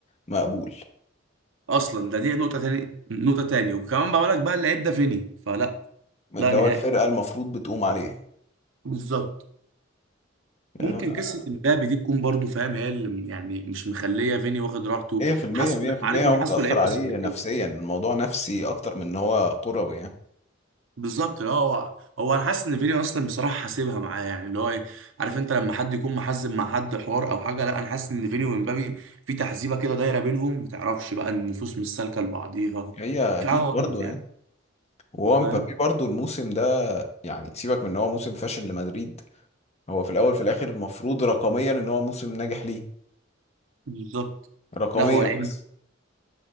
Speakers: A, on the left; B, on the right.
A: مقبول
B: اصلا ده دي نقطه تاني نقطه تاني وكمان بقول لك بقى اللعيب ده فيني فلا
A: اللي
B: لا نهائي
A: هو الفرقة المفروض بتقوم عليه
B: بالظبط ممكن
A: آه،
B: قصه امبابي دي تكون برضو فاهم هي اللي يعني مش مخليه فيني واخد راحته
A: مية في المية
B: حاسه
A: مية في
B: عارف
A: المية
B: انا
A: هو
B: حاسه
A: متأثر
B: لعيب
A: عليه
B: اصلا كده
A: نفسيا الموضوع نفسي أكتر من إن هو كروي يعني
B: بالظبط اه هو هو انا حاسس ان فيني اصلا بصراحه حاسبها معاه يعني اللي هو ايه عارف انت لما حد يكون محزب مع حد حوار او حاجه لا انا حاسس ان فيني وامبابي في تحزيبه كده دايره بينهم ما تعرفش بقى النفوس مش سالكه لبعضيها
A: هي
B: في
A: أكيد
B: حاجه غلط
A: برضه
B: يعني
A: يعني وهو مبابي
B: فاهم
A: برضه الموسم ده يعني سيبك من إن هو موسم فاشل لمدريد هو في الاول في الاخر المفروض رقميا ان هو موسم ناجح ليه
B: بالظبط
A: رقميا
B: لا هو لعيب
A: بس